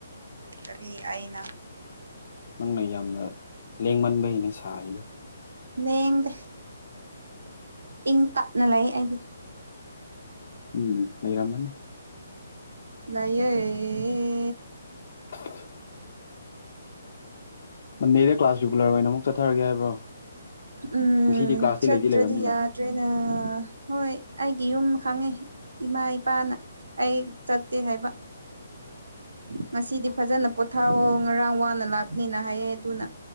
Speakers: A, on the right (about 80°); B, on the left (about 55°).
A: ꯀꯔꯤ ꯑꯩꯅ?
B: ꯅꯪꯅ ꯌꯥꯝꯅ ꯂꯦꯡꯃꯟꯕꯩꯅꯦ ꯁꯥꯔꯤꯗꯣ꯫
A: ꯂꯦꯡꯗꯦ ꯏꯪ ꯇꯞꯅ ꯂꯩꯏ ꯑꯩꯗꯤ꯫
B: ꯎꯝ ꯂꯩꯔꯝꯃꯅꯤ꯫
A: ꯂꯩꯌꯦ꯫
B: <unintelligible> ꯃꯟꯗꯦꯗ ꯀ꯭ꯂꯥꯁ ꯔꯤꯒꯨꯂꯔ ꯑꯣꯏꯅ ꯑꯃꯨꯛ ꯆꯠꯊꯔꯒꯦ ꯍꯥꯏꯕ꯭ꯔꯣ?
A: ꯎꯝ
B: ꯉꯁꯤꯗꯤ ꯀ꯭ꯂꯥꯁꯇꯤ
A: ꯆꯠꯇ꯭ꯔꯗꯤ
B: ꯂꯩꯗꯤ ꯂꯩꯔꯕꯅꯤꯅ
A: ꯌꯥꯠ ꯇ꯭ꯔꯦꯅ ꯍꯣꯏ ꯑꯩꯒꯤ ꯌꯨꯝ ꯈꯪꯉꯦ ꯏꯃꯥ ꯏꯄꯥꯅ ꯑꯩ ꯆꯠꯇꯦ ꯍꯥꯏꯕ꯫ ꯉꯁꯤꯗꯤ ꯐꯖꯅ ꯄꯣꯊꯥꯑꯣ ꯉꯔꯥꯡ ꯋꯥꯅ ꯂꯥꯛꯄꯅꯤꯅ ꯍꯥꯏꯌꯦ ꯑꯗꯨꯅ